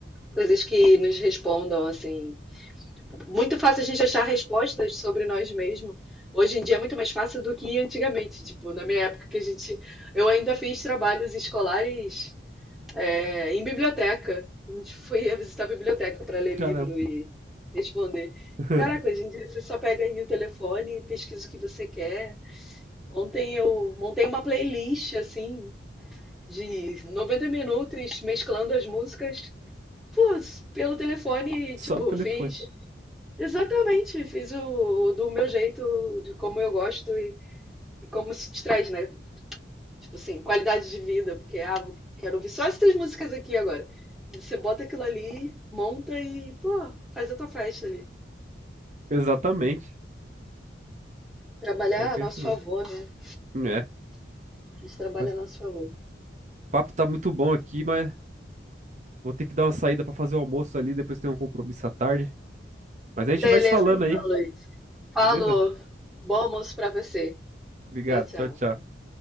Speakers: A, in the centre; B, on the right (about 40°).
A: coisas que nos respondam assim. Muito fácil a gente achar respostas sobre nós mesmos. Hoje em dia é muito mais fácil do que antigamente. Tipo, na minha época que a gente, eu ainda fiz trabalhos escolares É, em biblioteca. A gente foi visitar a biblioteca para ler
B: Caramba.
A: livro e responder.
B: <laughs>
A: Caraca, hoje em dia você só pega aí o telefone e pesquisa o que você quer. Ontem eu montei uma playlist assim de 90 minutos mesclando as músicas, pô, pelo telefone, e,
B: Só
A: tipo,
B: no telefone.
A: fiz exatamente, fiz o, do meu jeito, de como eu gosto e, e como se te traz, né? Tipo assim, qualidade de vida, porque ah, vou- quero ouvir só essas músicas aqui agora. Você bota aquilo ali, monta e, pô, faz a tua festa ali.
B: Exatamente.
A: Trabalhar
B: Pior que
A: a nosso
B: é isso mesmo.
A: favor, né?
B: É,
A: A gente trabalha
B: mas
A: a
B: o
A: nosso favor.
B: papo tá muito bom aqui, mas vou ter que dar uma saída pra fazer o almoço ali, depois tem um compromisso à tarde. Mas a gente
A: Beleza,
B: vai se falando
A: então,
B: aí,
A: Luiz. Falou.
B: beleza?
A: Bom almoço pra você.
B: Obrigado.
A: Tchau, tchau.
B: Tchau, tchau.